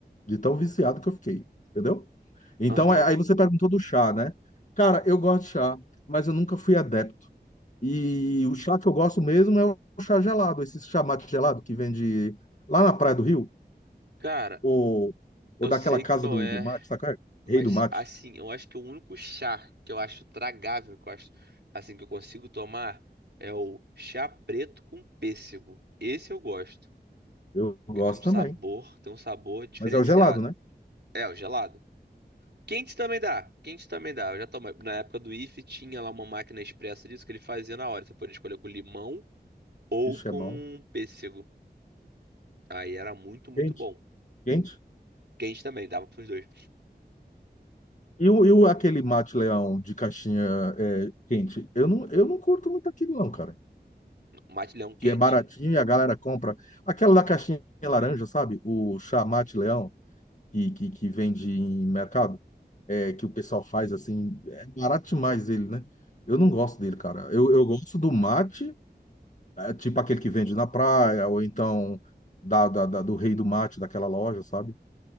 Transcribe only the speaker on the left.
de tão viciado que eu fiquei, entendeu? Então,
eh, aí você perguntou do chá, né? Cara, eu gosto de chá, mas eu nunca fui adepto. E o chá que eu gosto mesmo é o chá gelado, esse chá mate gelado que vende lá na Praia do Rio,
ou, ou
daquela
casa
do,
do mate, sabe? qual é?
Rei do mate.
Eu gosto
também.
Mas é o gelado, né?
Ixi,
é bom.
Quente,
quente.
E, o, e o- aquele mate leão de caixinha é, quente? Eu não, eu não curto muito aquilo, não, cara.
Que é baratinho e a galera compra. Aquela da caixinha laranja, sabe? O chá mate leão, que, que, que vende em mercado, é, que o pessoal faz assim. É barato demais ele, né? Eu não gosto dele, cara. Eu, eu gosto do mate, é, tipo aquele que vende na praia, ou então da, da, da- do rei do mate, daquela loja, sabe?